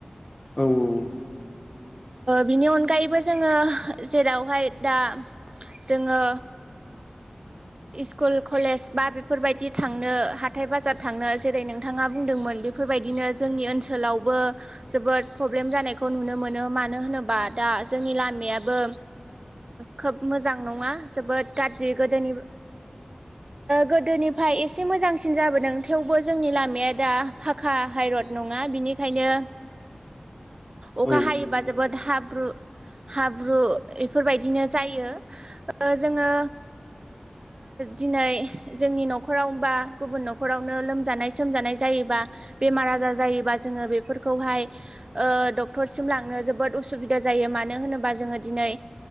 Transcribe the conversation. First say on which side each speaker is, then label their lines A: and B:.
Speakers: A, on the left; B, on the right.
A: औ औ
B: बिनि अनगायैबो जोङो जेरावहाय दा जोङो स्कुल कलेज बा बेफोरबायदि थांनो हाथाय बाजार थांनो जेरै नोंथाङा बुंदोंमोन बेफोरबायदिनो जोंनि ओनसोलावबो जोबोद प्रब्लेम जानायखौ नुनो मोनो मा मानो होनोबा दा जोंनि लामायाबो खोब मोजां नङा जोबोद गाज्रि गोदोनि गोदोनिफ्राय एसे मोजांसिन जाबोदों थेवबो जोंनि लामाया दा फाखा हाइरड नङा बिनिखायनो अखा
A: औ
B: हायोबा हाब्रु हाब्रु बेफोरबायदिनो जायो जोङो दिनै जोंनि न'खरावबा गुबुन न'खरावनो लोमजानाय सोमजानाय जायोबा बेमार आजार जायोबा जोङो बेफोरखौहाय डक्टरसिम लांनो जोब जोबोद उसुबिदा जायो मानो होनोबा जोङो दिनै